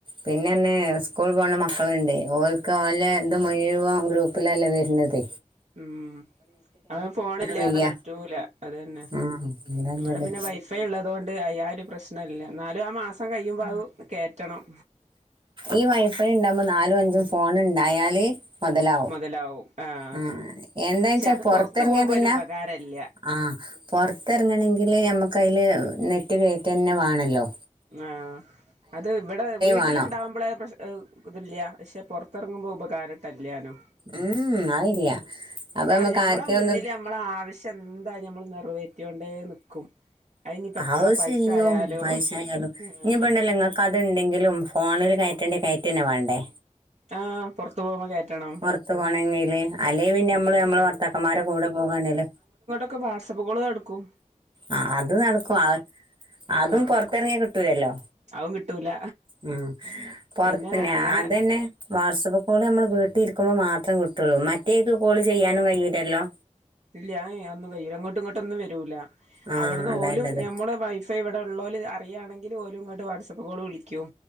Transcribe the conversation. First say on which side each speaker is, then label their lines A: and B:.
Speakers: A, on the right; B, on the right.
A: പിന്നെന്നെ സ്കൂൾ പോകണ മക്കളുണ്ട് ഓക്ക് ഓല ഇത് മുഴുവൻ ഗ്രൂപ്പിലല്ലേ വരുണത്.
B: ഉം അത് ഫോൺ ഇല്ലാതെ
A: വയ്യ
B: പറ്റൂല അതന്നെ
A: ആ അതല്ലത്
B: ഇവിടെ പിന്നെ വൈ ഫൈ ഉള്ളതുകൊണ്ട് അയാ ഒരു പ്രശ്നല്ല എന്നാലും ആ മാസം കഴിയുമ്പോ അത് കേയറ്റണം.
A: ഈ വൈഫൈ ഉണ്ടാകുമ്പോ നാലും അഞ്ചും ഫോൺ ഉണ്ടായാല് മുതലാ
B: മുതലാവും ആഹ്
A: ഉം ഉം എന്താെച്ചാ
B: പക്ഷെ അത്
A: പൊറത്തറങ്ങാ
B: പുറത്ത് പോകുമ്പോ
A: പിന്നെ
B: അതിന് ഉപകാരല്ല
A: ആഹ് പുറത്തിറങ്ങങ്കില് നമുക്ക് അയില് നെറ്റ് കയറ്റ് തന്നെ വണല്ലോ
B: ആഹ് അത് ഇവിടെ വീട്ടിലുണ്ടാവുമ്പോളെ
A: വേണം
B: പ്രശ ഇതില്ല പക്ഷേ പുറത്തിറങ്ങുമ്പോൾ ഉപകാരട്ടല്ലാനും
A: ഉം ആയില്ല അപ്പൊ
B: അതാണ്
A: നമ്മക്ക്
B: ഞമ്മളെ
A: ആർക്കെ
B: മുന്നില്
A: ഒന്ന്
B: നമ്മളെ ആവശ്യം എന്തായലും നമ്മള് നിറവേറ്റൊണ്ടേ നിക്കും. അയിനിപ്പോ എത്ര
A: ആവശ്യോങ്കിലും
B: പൈസ ആയാലോ
A: പൈസയാലും
B: ആഹ്
A: ഇനി ഇപ്പൊ ഇണ്ടല്ലോ ഇങ്ങ അതുണ്ടെങ്കിലും ഫോണിൽ കയറ്റേണ്ട് കയറ്റന്നെ വേണ്ടേ
B: ആഹ് പുറത്തത്ത് പോവുമ്പോ കയറ്റണം
A: പുറത്തു പോണെങ്കില് അല്ലെ പിന്നെ നമ്മള്
B: ആഹ്
A: നമ്മള് വർത്താക്കന്മാരെടെ കൂടെ പോവാണേല്
B: ഒക്കെ വാട്സാപ്പ് കാള്ക്കള് ഇടുക്കും
A: ആഹ് അത് നടക്കും അതും
B: ആഹ്
A: പുറത്തിറങ്ങിയ കിട്ടൂലല്ലോ
B: അതും കിട്ടൂല
A: ഉം പോർത്ത്
B: പിന്നെ
A: ഞ
B: അങ്ങനെ
A: അതന്നെ വാട്സആപ്പ് കോള് നമ്മൾ വീട്ടിൽ ഇരിക്കുമ്പോ മാത്രേ കിട്ടുള്ളൂ മറ്റേക്ക് കോള് ചെയ്യാനും കഴിയുല്ലല്ലോ
B: ഇല്ലാ ഏഹ് ഒന്നും കയ്യൂലാ അങ്ങോട്ടും ഇങ്ങോട്ടും ഒന്നും വെരൂലാ
A: ആ
B: അവിടുന്ന്
A: അതല്ലത്
B: ഓലും ഞമ്മളെ പൈസ് ഇപ്പ ഇവിടെ ഇള്ളോല് അറിയാണെങ്കില് ഓലും ഇങ്ങട്ട് വാട്സപ്പ് കോള് വിളിക്കും